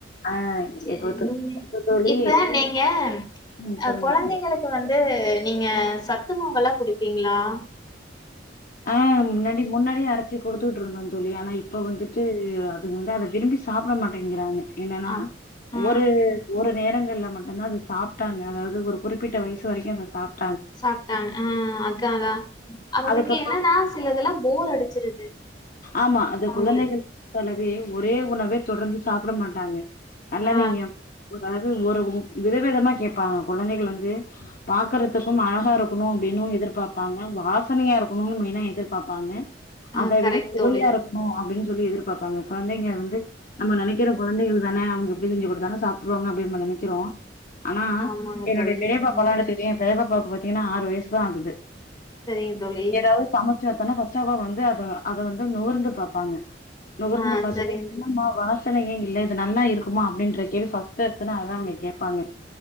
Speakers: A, on the left; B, on the left.
A: ஆ
B: சேரி
A: இப்போ தூ
B: நீங்க
A: இப்ப தோழி
B: இப்ப நீங்க
A: ம்
B: அ
A: சொல்லுங்க
B: கொழந்தைங்களுக்
A: தோழி
B: இப்ப வந்து நீங்க சத்து மாவு எல்லா குடுப்பீங்களா
A: ஆ முன்னாடி முன்னாடியே அரச்சி குடுத்துவுட்டுறுனு தோழி ஆனா இப்ப வந்துட்டு அது வந்து அத விரும்பி சாப்ட மாட்டேங்கிறாங்க என்னன்னா
B: அப் ஆ
A: ஒரு ஒரு நேரங்கள்ல மட்டு தா அது சாப்ட்டாங்க அதாவது ஒரு குறிப்பிட்ட வயசு வரைக்கு அத சாப்
B: சாப்ட்டாங்க ஆ அத்தா அதா அவுங்களுக்கு
A: அதுக்கு
B: என்னன்னா சிலதெல்லா போர் அடிச்சிருது
A: ஆமா அந்த
B: அவங்களுக்கு.
A: குழந்தைகள போலவே ஒரே உணவே தொடர்ந்து சாப்ட மாட்டாங்க நல்லா
B: ஆ
A: நீங்க உதாது ஒருவு விதவிதமா கேட்பாங்க கொழந்தைகள் வந்து பாக்குறதுக்கும் அழகா இருக் கனு அப்டின்னு எதிர்பாப்பாங்க வாசனையா இருக்கணும் மெயினா எதிர்பாப்பாங்க
B: ஆ
A: அத
B: கரெக்ட்
A: விட
B: தோழி.
A: ஒலட்னு அப்டின்னு சொல்லி எதிர்பாப்பாங்க கொழந்தங்க வந்து நம்ம நெனைக்கிற கொழந்தைகள் தான அவுங்க ப்ப செஞ்சு குடுத்தாலு சாப்ட்ருவாங்க அப்டி நம்ம நெனைக்கிறோ ஆனா
B: ஆமாங்க
A: என்னோட
B: தோழி.
A: பெரிய பாப்பாலா
B: ம்
A: எடுத்துகிட்டிங்க தேவ பாக் பாத்தீங்கன்னா ஆறு வயசு தான் ஆகுது
B: சரிங்க தோழி.
A: எதாவது சமச் ச்சா தான ஃபஸ்ட்டு அவ வந்து அத அத வந்து நுகர்ந்து பாப்பாங்க நுகர்ந்து
B: ஆ
A: பாத்துட்டு
B: சரிங்க
A: என்னமா வாஸ் ச்சனையே இல்ல இது நல்லா இருக்குமா அப்டின்ற கேள்வி ஃபஸ்ட்டு எடுத்தோன அதா அவுங்க கேட்பாங்க